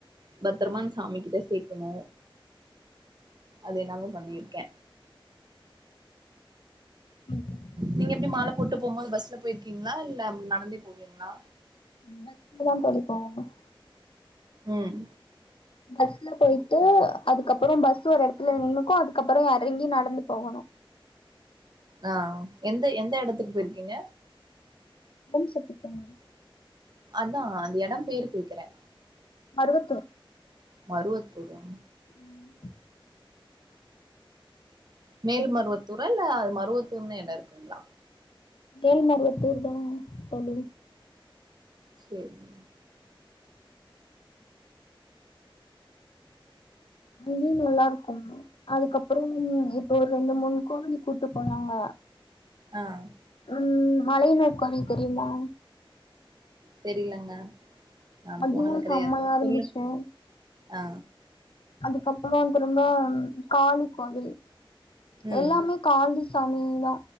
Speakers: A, on the right; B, on the left.
A: பத்துரமா அந் சாமி கிட்ட சேக்குணு அது எல்லாமே பண்ணிருக்கே
B: <unintelligible>
A: நீங்க எப்டி மால போட்டு போகும்போது பஸ்ல போயிருக்கீங்களா இல்ல ம் நடந்தே போவீங்களா
B: <unintelligible>
A: ம்
B: பஸ்ல போயிட்டு அதுக்கப்புறோ பஸ் ஒரு இடத்துல நின்னுக்கு அதுக்கப்புற எறங்கி நடந்து போகணு
A: ஆ எந்த எந்த எடத்துக்கு போயிருக்கீங்க
B: ஓம் சக்தி கோவில்
A: அதா அந்த எடம் பேரு கேக்குறே
B: மருவத்துர்
A: மருவத்தூரா
B: ம்
A: மேல்மருவத்தூரா
B: அதுல
A: இல்ல அது மருவத்தூர்னே இடோ இருக்குங்களா
B: மேல் மருவத்தூர்தா தோழி
A: சேரி
B: அங்கையு நல்லா இருக்கும்மா அதுக்கப்புறம் இப்போ ஒரு ரெண்டு மூணு கோவிலுக்கு கூட்டு போனாங்க
A: ஆ
B: ம் மலையனுர் கோவில் தெரியுமா
A: தெரிலங்க நா
B: அதுவு
A: போனது கெடையாது
B: செம்மையா
A: சொல்லு
B: இருந்துச்சு
A: ஆ
B: அதுக்கப்புறோ ரொம்ப காளி கோவில்
A: ம்
B: எல்லாமே காளிசாமிதா